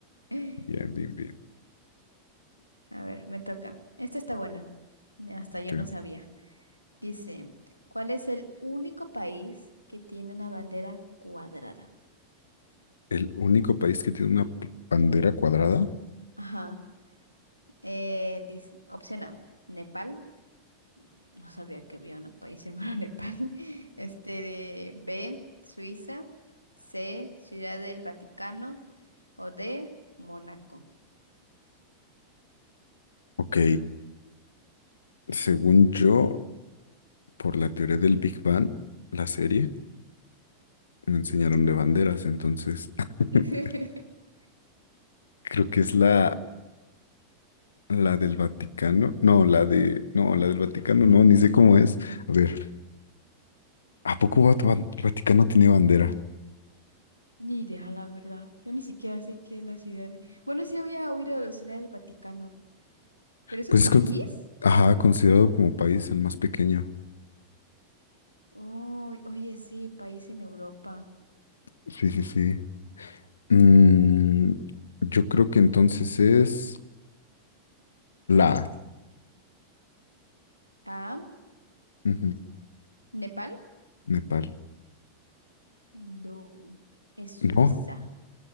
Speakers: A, on the left; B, on the left.
A: <laughs>
B: Bien, bien, bien.
A: A ver, me toca. Esta está buena. Hasta
B: Ok.
A: yo no sabía. Dice, ¿cuál es el único país que tiene una bandera cuadrada?
B: El único país que tiene una p- bandera cuadrada.
A: Ajá. Eh, dice, opción A, Nepal. No sabía que había un país llamado <laughs> Nepal. Este, de- B, Suiza. C, Ciudad del Vaticano. O D, Mónaco.
B: Ok, según yo, por la teoría del Big Bang, la serie, me enseñaron de banderas, entonces <laughs>
A: <laughs>
B: creo que es la, la del Vaticano. No, la de... No, la del Vaticano, no, ni sé cómo es. A ver, ¿a poco Vat- Van- Vaticano tiene bandera?
A: Ni idea, la verdad. Yo ni siquiera sé qué es la ciudad de- Bueno, sí había oído de la ciudad del Vaticano. ¿Pero es
B: Pues
A: un país?
B: es con- ajá, considerado como país el más pequeño.
A: Oh, oye, sí, país en Europa.
B: Sí, sí, sí. Mm, yo creo que entonces es la... A.
A: Ah,
B: Ujú,
A: ¿Nepal?
B: Nepal.
A: No, es Suiza.
B: No.